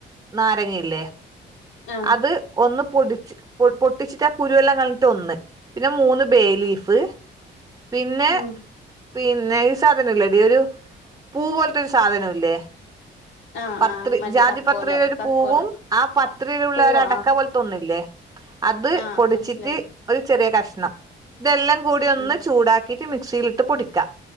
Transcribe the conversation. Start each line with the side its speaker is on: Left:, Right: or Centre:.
Right: നാരങ്ങയില്ലേ
Left: ആഹ്
Right: അത് ഒന്ന് പൊടിച്ച് പൊട്ടിച്ചിട്ട് ആ കുരുവെല്ലാം ക ഒന്ന് പിന്നെ മൂന്ന് ബേ ലീഫ് പിന്നെ
Left: ഉം
Right: പിന്നെ ഈ സാധനം ഇല്ലടീ ഒരു പൂ പോലത്തെരു സാധനംല്ലേ
Left: ആഹ്
Right: പത്രി
Left: ആഹ് മറ്റേ
Right: ജാതി
Left: തക്കോലം
Right: പത്രിയില ഒരു
Left: തക്കോലം
Right: പൂവും ആ പത്രിയിലുള്ള
Left: പൂവ്
Right: ഒരു അടക്ക
Left: ആഹ്
Right: പോലെ ന്നില്ലേ അത്
Left: ആഹ്
Right: പൊടിച്ചിട്ട്
Left: മനസ്സിലായി
Right: ഒരു ചെറിയ കഷ്ണം ഇതെല്ലാം കൂടി ഒന്ന്
Left: ഉം
Right: ചൂടാക്കിട്ട് മിക്സിയിലിട്ട് പൊടിക്കാം